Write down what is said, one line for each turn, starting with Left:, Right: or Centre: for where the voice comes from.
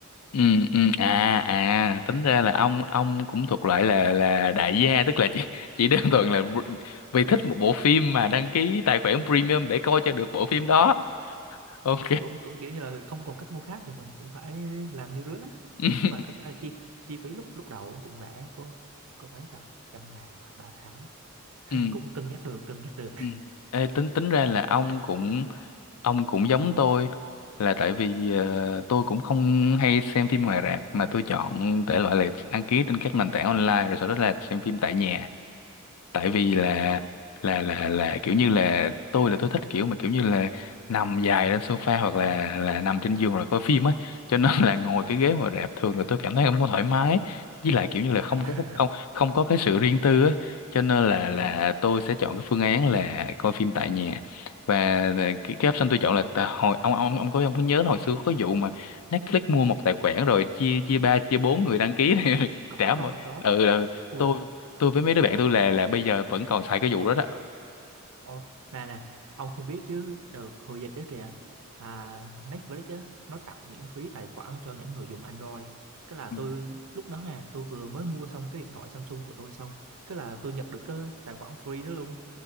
Left: ừ ừ. à à tính ra là ông ông cũng thuộc loại là là đại gia tức là chỉ chỉ đơn thuần là vì thích một bộ phim mà đăng ký tài khoản premium để coi cho được bộ phim đó ok
Right: cũng cũng kiểu như là không còn cách mua khác thì mình cũng phải làm như rứa <laughs>
Left: <laughs>
Right: nhưng mà thực ra là chi chi phí lúc lúc đầu cũng rẻ có có mấy ta trăm ngàn à, ba tháng <laughs>
Left: ừ
Right: cũng cân nhắc được cân nhắc được
Left: Ừ. Ê, tính tính ra
Right: Chứ tự
Left: là
Right: nhiên
Left: ông
Right: mình ghiền
Left: cũng
Right: quá kìa
Left: ông cũng giống tôi là tại vì ờ, tôi cũng không hay xem phim ngoài rạp mà tôi chọn thể loại là đăng ký trên các nền tảng online rồi sau đó là xem phim tại nhà tại vì là là là là kiểu như là tôi là tôi thích kiểu mà kiểu như là nằm dài lên sofa hoặc là là nằm trên giường rồi coi phim á cho nên là ngồi cái ghế ngồi rạp thường là tôi cảm thấy không có thoải mái với lại kiểu như là không
Right: à,
Left: có cái- không không có cái sự riêng tư á cho nên là
Right: <laughs> à,
Left: là tôi sẽ chọn cái phương án là coi phim tại nhà và ờ, cái, cái option tôi chọn là tại hồi ông ông ông có ông có nhớ là hồi xưa có vụ mà Netflix mua một tài khoản rồi chia chia ba chia bốn người đăng ký này <laughs>
Right: có
Left: trả một
Right: có có
Left: ừ ừ
Right: Ui
Left: tôi tôi với mấy đứa bạn tôi là là bây giờ vẫn còn xài cái vụ đó đó
Right: Ồ, này này, ông không biết chứ đợt hồi dịch đó kìa, à, Netflix á, nó tặng miễn phí tài khoản cho những người dùng Android. Cái là
Left: Ừ.
Right: tôi, lúc đó nè, tôi vừa mới mua xong cái điện thoại Samsung của tôi xong, cái là tôi nhận được cái tài khoản free đó luôn.